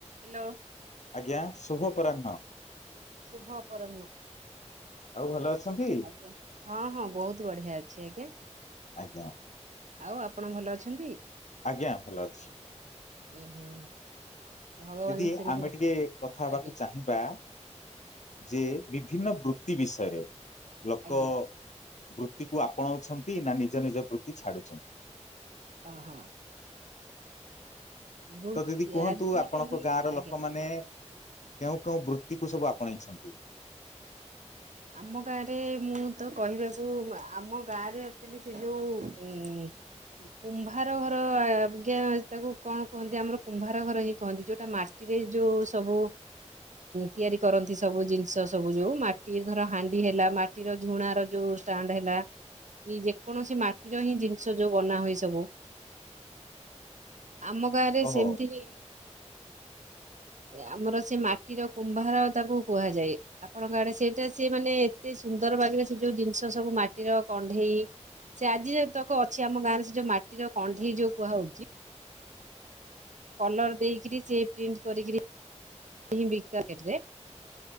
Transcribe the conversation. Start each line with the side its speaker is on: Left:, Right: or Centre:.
Right: Hello.
Left: ଆଜ୍ଞା, ଶୁଭ ଅପରାହ୍ନ।
Right: ଶୁଭ ଅପରାହ୍ନ।
Left: ଆଉ ଭଲ ଅଛନ୍ତି?
Right: ଆଜ୍ଞା, ହଁ-ହଁ ବହୁତ ବଢିଆ ଅଛି ଆଜ୍ଞା।
Left: ଆଜ୍ଞା
Right: ଆଉ ଆପଣ ଭଲ ଅଛନ୍ତି?
Left: ଆଜ୍ଞା ଭଲ ଅଛି।
Right: ଉୁଁ ହୁଁ। ଭଗବାନ
Left: ଦିଦି
Right: ସେମିତି
Left: ଆମେ ଟିକେ କଥା ହବାକୁ
Right: ଆଜ୍ଞା
Left: ଚାହିଁବା? ଯେ ବିଭିନ୍ନ ବୃତ୍ତି ବିଷୟରେ ଲୋକ
Right: ଆଜ୍ଞା
Left: ବୃତ୍ତିକୁ ଆପଣାଉଛନ୍ତି ନା ନିଜ ନିଜ ବୃତ୍ତି ଛାଡୁଛନ୍ତି।
Right: ଅ ହଁ। ବୃତ୍ତି
Left: ତ ଦିଦି କୁହନ୍ତୁ।
Right: ଆଜିକାଲି
Left: ଆପଣଙ୍କ ଗାଁ ର
Right: ଆଜ୍ଞା।
Left: ଲୋକମାନେ କେଉଁ କେଉଁ ବୃତ୍ତିକୁ ସବୁ ଆପଣେଇଛନ୍ତି?
Right: ଆମ ଗାଁରେ ମୁଁ ତ କହିବାକୁ ଆମ ଗାଁରେ ସେ ଯୋଉ ଏ କୁମ୍ଭାର ଘର ଆଜ୍ଞା ତାକୁ କଣ କୁହନ୍ତି। ଆମର କୁମ୍ଭାର ଘର ହିଁ କୁହନ୍ତି ଯୋଉଟା ମା ମାଟିରେ ଯୋଉ ସବୁ ତିଆରି କରନ୍ତି। ସବୁ ଜିନିଷ ସବୁ ଯୋଉ ମା ମାଟି ଧର ହାଣ୍ଡି ହେଲା। ମାଟିର ଝୁଣାର ଯୋଉ ଷ୍ଟାଣ୍ଡ ହେଲା। କି? ଯେକୌଣସି ମାଟିର ହିଁ ଜିନିଷ ଯୋଉ ବନା ହୁଏ ସବୁ? ଆମ ଗାଁ ରେ
Left: ଓହୋ
Right: ସେମିତି କି? ଆମର ସେ ମାଟିର କୁମ୍ଭାର ତାକୁ କୁହାଯାଏ। ଆପଣଙ୍କ ଆଡେ ସେ ସେଟା ସେ ମାନେ ଏତେ ସୁନ୍ଦର ବାଗରେ ସେ ଯୋଉ ଜିନିଷ ସବୁ ମାଟିର କଣ୍ଢେଇ ସେ ଆଜି ଯେତକ ଅଛି ଆମ ଗାଁରେ ସେ ଯୋଉ ମାଟିର କଣ୍ଢେଇ ଯୋଉ କୁହାହଉଛି। କଲର ଦେଇକିରୀ ସେ ପ୍ରିଣ୍ଟ କରିକିରୀ ଏହି ବିକାକେବେ